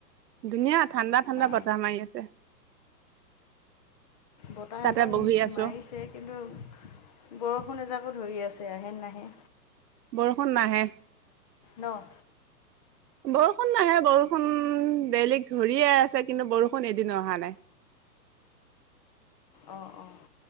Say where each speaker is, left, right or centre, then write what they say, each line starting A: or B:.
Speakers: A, on the right; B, on the left.
A: ধুনীয়া ঠাণ্ডা ঠাণ্ডা
B: অ।
A: বতাহ মাৰি আছে
B: বতাহ
A: তাতে
B: এজাক
A: বহি আছো
B: মাৰিছে কিন্তু। বৰষুণ এজাকো ধৰি আছে আহে নাহে।
A: বৰষুণ নাহে।
B: নহ
A: বৰষুণ নাহে বৰষুণ বেলেগ ধৰিয়ে আছে কিন্তু বৰষুণ এদিনো অহা নাই।
B: অ অ